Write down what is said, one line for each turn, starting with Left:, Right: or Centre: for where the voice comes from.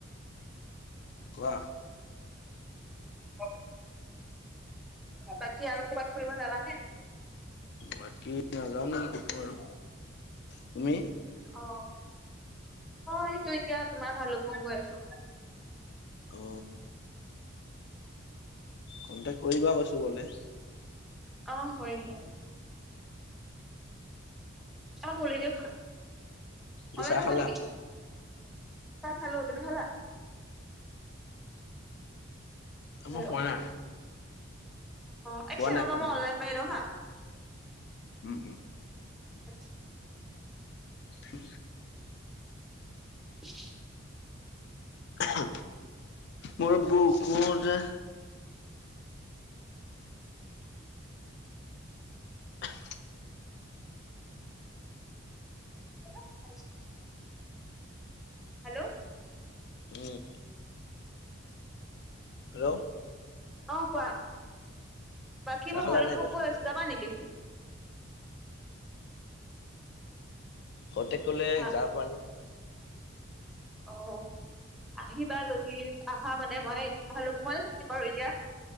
Left: কোৱা
Centre: অ বাকি আৰু ক'ৰবাত ফুৰিব যাবানে
Left: বাকী নাযাও নেকি কতো আৰু তুমি
Centre: অ অ এইটো এতিয়া তোমাৰ ভাল মই গৈ আছো
Left: অ কণ্টেক কৰিবা কৈছো গলে
Centre: অ কৰিম অ', খুলি দিয়ক
Left: উ
Centre: অনলাইন
Left: চাহ খালা
Centre: হ'ব নেকি চাহ খালো তুমি খালা হেল্ল'
Left: মই খোৱা নাই
Centre: অ
Left: খোৱা
Centre: একচেকেণ্ড
Left: নাই
Centre: ৰবা
Left: খোৱা
Centre: মই
Left: নাই
Centre: অনলাইন মাৰি লও হা
Left: উম উম
Centre: আচ্ছা
Left: উ
Centre: <unintelligible>
Left: ওহো মোৰ বুকুৰে এহ
Centre: <unintelligible> হেল্ল'
Left: উম হেল্ল'
Centre: অ কোৱা বাকী
Left: চাহ
Centre: মই
Left: খালা
Centre: ভালোকপোং
Left: নাই কৈছো
Centre: গৈ আছো যাবা নেকি
Left: কণ্টেক কৰিলে
Centre: হা
Left: যাব পাৰিম
Centre: অ আহিবা যদি আহা মানে মই ভালোক পোঙতে থাকিম বাৰু এতিয়া।